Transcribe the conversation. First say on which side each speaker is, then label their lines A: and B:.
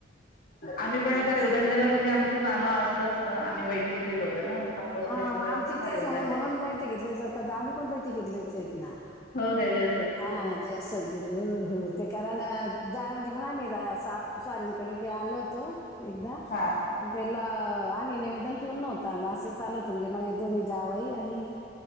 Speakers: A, on the left; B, on the left.
A: आम्ही पण
B: असं
A: आता
B: असं
A: रेवदंड्याला म्हणजे आमचं जाणं असतंच आम्ही बैठकीतले लोक ना. आप्पासोरे
B: हा
A: तिकडचेत
B: म आमचे
A: ना
B: तेच
A: रेवदंड्याचे
B: म्हणून, म्हणून बैठकीतले लोक आम्ही पण बैठकीतलेचं हायेत न.
A: हो, काय जास्त
B: हा जय सद्गुर हो ते करा ना <unintelligible> म्हणून आम्ही रा-साप स्वारींकडेे आलो होतो एकदा
A: हा
B: त्याला आम्ही निवेदन ठेवून नव्हतं आलो, असेचं आलो होतं म्हणजे माझे दोही जावंही आणि